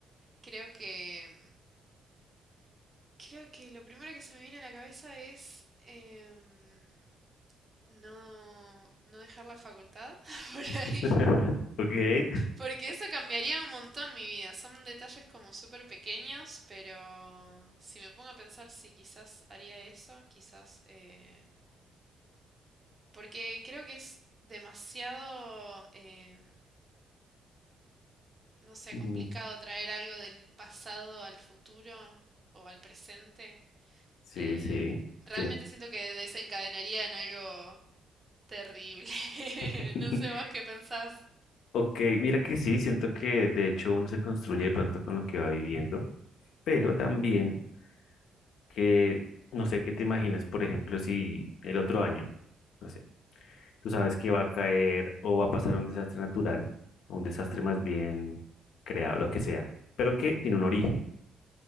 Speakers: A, on the right; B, on the left.
A: Creo que creo que lo primero que se me viene a la cabeza es em, no no dejar la facultad <laughs> por ahí,
B: <laughs> Ok.
A: porque eso cambiaría un montón mi vida. Son detalles como súper pequeños, pero si me pongo a pensar sí quizás haría eso, quizás eh, porque creo que es demasiado em, no sé,
B: Mm,
A: complicado traer algo del pasado al futuro o al presente.
B: Sí,
A: Eh,
B: sí.
A: realmente
B: estoy-
A: siento que desencadenaría en algo terrible.
B: <laughs>
A: <laughs> No sé vos qué pensás.
B: Ok, mira que sí, siento que de hecho uno se construye de pronto con lo que va viviendo. pero también que, no sé qué te imaginas, por ejemplo, si el otro año, no sé, tú sabes que va a caer o va a pasar un desastre natural, o un desastre más bien creado, lo que sea, pero que tiene un origen